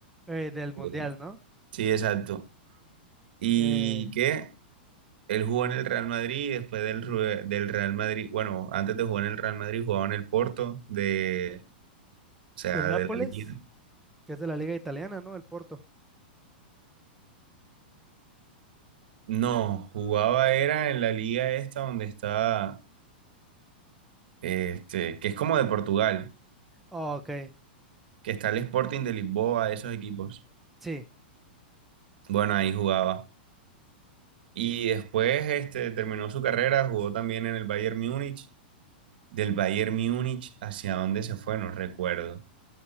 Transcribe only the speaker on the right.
de-
Sí, exacto. Y
que él jugó en el Real Madrid, después del, Ru- del Real Madrid, bueno, antes de jugar en el Real Madrid jugaba en el Porto, de, o sea,
de la liga.
No, jugaba era en la liga esta donde está este, que es como de Portugal,
que está el Sporting de Lisboa, esos equipos.
Bueno, ahí jugaba. Y después este, terminó su carrera, jugó también en el Bayern Múnich. Del Bayern Múnich, ¿hacia dónde se fue? No recuerdo.